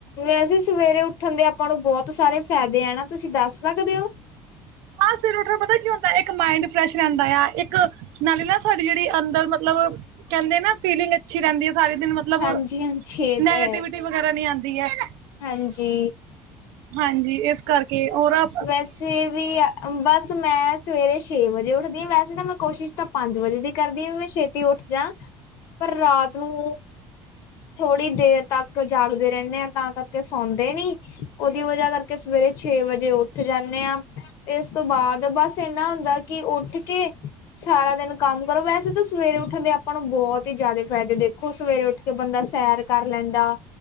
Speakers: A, on the left (about 55°); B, on the right (about 75°).
A: ਵੈਸੇ ਸਵੇਰੇ ਉੱਠਣ ਦੇ ਆਪਾਂ ਨੂੰ ਬੋਤ ਸਾਰੇ ਫ਼ਾਇਦੇ ਆ ਨਾ ਤੁਸੀਂ ਦੱਸ ਸਕਦੇ ਓ।
B: ਹਾਂ ਸਵੇਰੇ ਉੱਠਣ ਪਤਾ ਕੀ ਹੁੰਦਾ ਏਕ ਮਾਇੰਡ ਫਰੈਸ਼ ਰੇਂਦਾ ਯਾਂ। ਏਕ ਨਾਲੇ ਨਾ ਸਾਡੀ ਜਿੜੀ ਅੰਦਰ ਮਤਲਬ ਮਤਲਬ ਕੇਂਦੇ ਨਾ ਫੀਲਿੰਗ ਅੱਛੀ ਰੇਂਦੀ ਏ। ਸਾਰੇ ਦਿਨ ਮਤਲਬ
A: ਹਾਂਜੀ-ਹਾਂਜੀ ਇਹ
B: ਨੈਗੇਟਿਵਿਟੀ
A: ਤਾਂ ਹੈ
B: ਨੀ ਵਗੈਰਾ ਨੀ ਆਂਦੀ ਰੈਗੀ।
A: ਹਾਂਜੀ।
B: ਹਾਂਜੀ, ਇਸ ਕਰਕੇ ਔਰ ਆਪ
A: ਵੈਸੇ ਵੀ ਬਸ ਮੈਂ ਸਵੇਰੇ ਛੇ ਵਜੇ ਉੱਠਦੀ ਆ। ਵੈਸੇ ਤਾਂ ਮੈਂ ਕੋਸ਼ਿਸ਼ ਤਾਂ ਪੰਜ ਵਜੇ ਦੀ ਕਰਦੀ ਆ ਵੈਸੇ ਮੈਂ ਛੇ ਤੇ ਉੱਠ ਜਾ। ਪਰ ਰਾਤ ਨੂੰ ਥੋੜ੍ਹੀ ਦੇਰ ਤੱਕ ਜਾਗਦੇ ਰੇਂਦੇ ਆ ਤਾਂ ਕਰਕੇ ਸੌਂਦੇ ਨੀ ਉਹਦੀ ਵਜ੍ਹਾ ਕਰਕੇ, ਸਵੇਰੇ ਛੇ ਵਜੇ ਉੱਠ ਜਾਂਦੇ ਹਾਂ। ਤੇ ਇਸ ਤੋਂ ਬਾਅਦ, ਬਸ ਇੰਨਾ ਹੁੰਦਾ ਕਿ ਉੱਠ ਕੇ ਸਾਰਾ ਦਿਨ ਕੰਮ ਕਰੋ, ਵੈਸੇ ਤਾਂ ਸਵੇਰੇ ਉੱਠਣ ਦੇ ਆਪਾਂ ਨੂੰ ਬੋਤ ਈ ਜ਼ਾਦੇ ਫੈਦੇ, ਦੇਖੋ ਸਵੇਰੇ ਉੱਠ ਕੇ ਬੰਦਾ, ਸੈਰ ਕਰ ਲੈਂਦਾ।